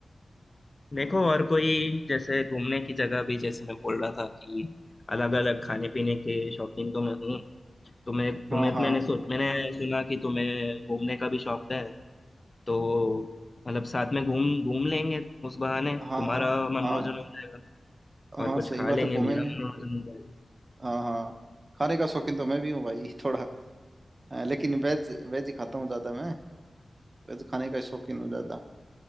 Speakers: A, on the left (about 35°); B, on the right (about 40°).
A: देखो और कोई जैसे घूमने की जगह भी जैसे मैं बोल रहा था कि अलग अलग खाने पीने के शौकीन तो मैं हूँ तुम्हें तुम्हें
B: हाँ हाँ
A: तो मैंने सोच मैंने सुना कि तुम्हें घूमने का भी शौक है तो मतलब साथ में घूम घूम लेंगे उस बहाने तुम्हारा
B: हाँ हाँ
A: मनोरंजन
B: हाँ
A: हो जाएगा
B: हाँ
A: और कुछ
B: सही
A: खा
B: बात
A: लेंगे
B: है घूमेंगे
A: मेरा मनोरंजन हो जाएगा
B: हाँ हाँ खाने का शौकीन तो मैं भी हूँ भाई <laughs> थोड़ा अ, लेकिन वेज वेज ही खाता हूँ ज़्यादा मैं वेज खाने का शौकीन हूँ ज़्यादा